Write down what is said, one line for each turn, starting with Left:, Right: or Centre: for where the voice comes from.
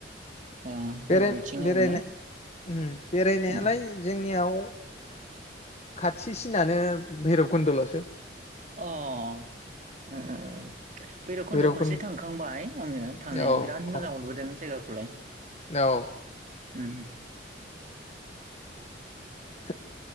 Right: ओ होनबा
Left: बेराय
Right: बिथिंनो
Left: बेराय
Right: आरो ने
Left: उम बेरायनायालाय
Right: उम
Left: जोंनियाव खाथिसिनानो भैरब कुन्दल'सो।
Right: अह उम उम भैरब खन्द'
Left: भैरबकुन्द
Right: खनसे थांखांबाय आङो थांनाया
Left: औ
Right: बिराद
Left: औ
Right: मोजां मोनबोदों जायगाखौलाय।
Left: औ।
Right: उम
Left: सो